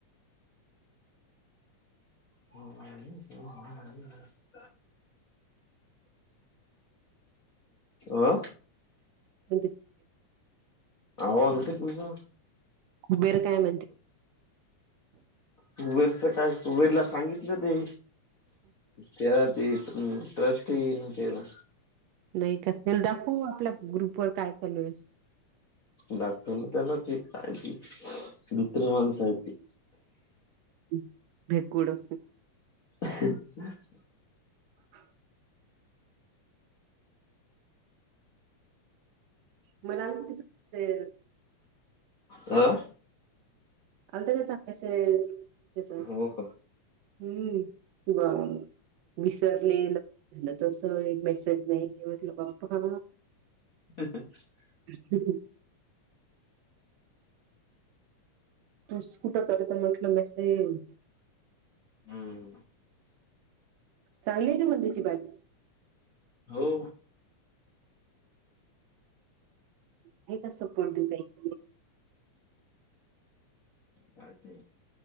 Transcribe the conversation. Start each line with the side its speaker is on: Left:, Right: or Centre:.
Left: <unintelligible> अ?
Right: अन ते
Left: पॉझिटिव्ह ठेवीत जा.
Right: बेर काय म्हणते?
Left: कुबेरचं काय? कुबेरला सांगितलं ते, त्याला ते अं ट्रस्ट तीन तेला.
Right: नही का? त्याला दाखवू आपल्या ग्रुपवर काय चालू आहे.
Left: दाखवलं त्याला काय ती भित्री माणसं आहेत ती.
Right: हं, भेकुड हं.
Left: <unintelligible>
Right: <inaudible> <inaudible>
Left: अ?
Right: अन त्याच्याच हक्काच ये ते सगळं.
Left: हो का?
Right: हं, ब विसरले ल झालं तस. एक मेसेज नाही. मी म्हटलं बाप्पा,
Left: <unintelligible> <unintelligible>
Right: <inaudible> तूच कुठं करतो म्हंटलं मेसेज.
Left: हम्म
Right: चांगलीय ना म त्याची बायकू,
Left: हो.
Right: आहे का सपोर्टीव काही?
Left: काय ते